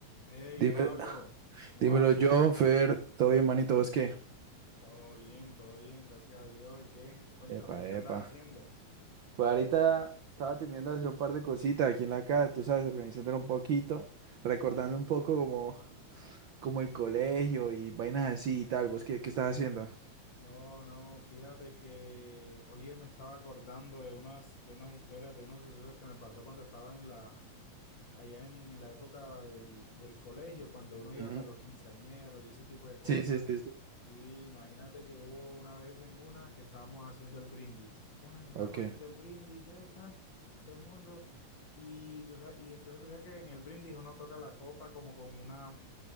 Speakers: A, on the left; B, on the right.
A: Hey,
B: Dime-
A: Pablo,
B: <laughs>
A: ¿cómo
B: dímelo,
A: vas?
B: John, Fer, todo bien, manito, ¿vos qué?
A: Todo bien, todo bien, gracias a Dios. ¿Y qué? Cuéntame,
B: Epa,
A: ¿qué andas
B: epa.
A: haciendo?
B: Pues ahorita estaba terminando de hacer un par de cositas aquí en la casa, tú sabes, organizándolo un poquito, recordando un poco como, como el colegio y vainas así y tal. ¿Vos qué, qué estás haciendo?
A: No, no, fíjate que hoy me estaba acordando de unas, de unas historias, de unos sucesos que me pasó cuando estaba en la, allá en la época del, del colegio, cuando uno iba
B: Ujú.
A: acá a los quinceañeros y ese tipo de cosas.
B: Sí, sí, sí, sí.
A: Y imagínate que hubo una vez en una que estábamos haciendo el brindis. Tan, estábamos
B: Ok.
A: haciendo el brindis, eh, tan, todo el mundo. Y, tú sabes, y entonces tú sabes que en el brindis uno toca la copa como con una,